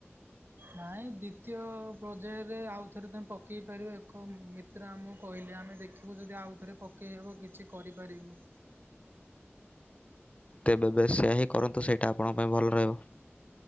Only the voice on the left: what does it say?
ତେବେ ବେଶ ସେୟଆ ହିଁ କରନ୍ତୁ ସେଇଟା ଆପଣଙ୍କ ପାଇଁ ଭଲ ରହିବ।